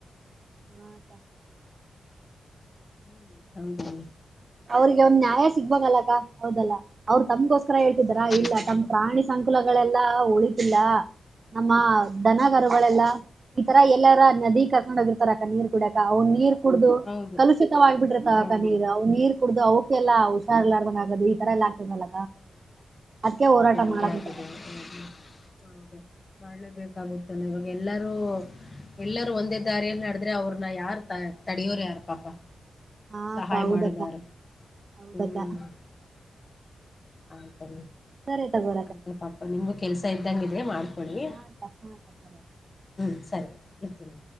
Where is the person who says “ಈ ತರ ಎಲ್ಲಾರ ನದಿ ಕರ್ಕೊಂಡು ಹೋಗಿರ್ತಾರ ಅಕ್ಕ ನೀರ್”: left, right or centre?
Right